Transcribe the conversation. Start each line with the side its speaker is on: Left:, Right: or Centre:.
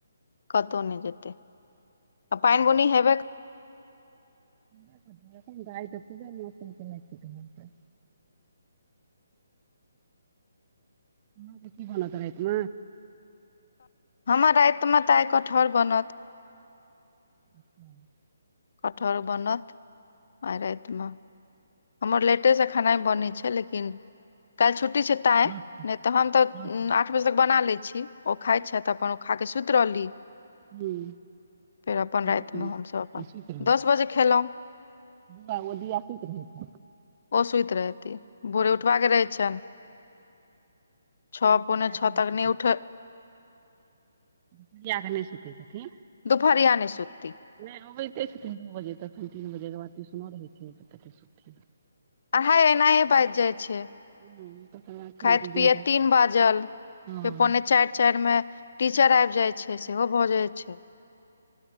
Left: कतौ नै जेतै <inaudible> आ पान बुनी हबै
Right: हमरा कथी अ अखन गाय तऽ पूजा मौसम चलै छै घर पर <inaudible> <inaudible> अहाँ कऽ की बनत राइत म
Left: हमर राइत म तऽ आइ कटहर बनत
Right: <unintelligible>
Left: कटहर बनत <inaudible> आए राइत म हमर लेटे से खनै बनै छै लेकिन <inaudible> काइल छु छुट्टी छै तैय
Right: रोटी
Left: नै तऽ हम तऽ
Right: रोटी
Left: आठ बजे तक बना लै छी ओ खै छैथ अपन ओ खा कऽ सुत रहली <inaudible>
Right: हूँ
Left: फेर अपन
Right: अच्छा,
Left: राइत
Right: सुति
Left: में हम सभ अपन दस बजे खेलै
Right: तऽ ओ दिया सुत रहै छै
Left: ओ सुत रहती
Right: छै
Left: भोरे उठबाका कऽ रहै छन <inaudible> छ
Right: दुपहरिया
Left: पौने
Right: कऽ
Left: छ
Right: नहि
Left: तक
Right: सुतै
Left: नै उठ
Right: <unintelligible> नै सुतै छथिन
Left: दुपहरिया नै सुततै
Right: नै अबैते छथिन दू बजे तखन तीन बजे केँ बाद ट्यूशनो रहे <unintelligible>
Left: अड़हाइ एनाहे बाइज जाइ छै
Right: <unintelligible>
Left: खैत
Right: एलियनि
Left: पियत
Right: तऽ
Left: तीन बाजल
Right: हँ
Left: फेर पौने चाइर चाइर में टीचर आइब जाइ छै से सेहो भऽ जाइ छै